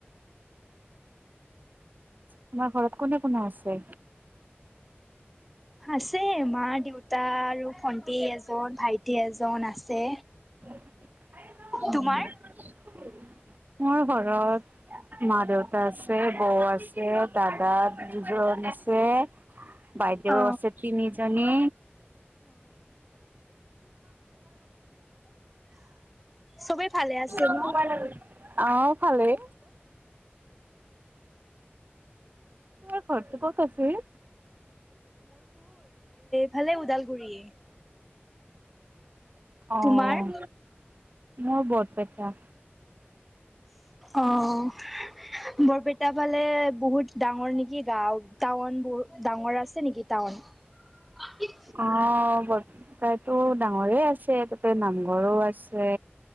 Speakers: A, on the right; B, in the centre.
A: তোমাৰ ঘৰত কোনে কোনে আছে?
B: আছে মা দেউতা আৰু ভন্টি এজন ভাইটি এজন আছে।
A: <inaudible>
B: তোমাৰ
A: মোৰ ঘৰত মা দেউতা আছে বৌ আছে। পিচত দাদা দুজন আছে। বাইদেউ
B: অ
A: আছে তিনিজনী।
B: চবেই ভালে আছে।
A: অ',
B: ন
A: ভালেই। তোমাৰ ঘৰটো ক'ত আছিল?
B: ভালে ওদালগুৰি।
A: অ',
B: তোমাৰ
A: মোৰ বৰপেটা।
B: অ', বৰপেটা ফালে বহুত ডাঙৰ নেকি গাঁও টাউন বহুত ডাঙৰ আছে নেকি টাউন? <inaudible>
A: অ' বৰ পেতো ডাঙৰে আছে তাতে নামঘৰো আছে।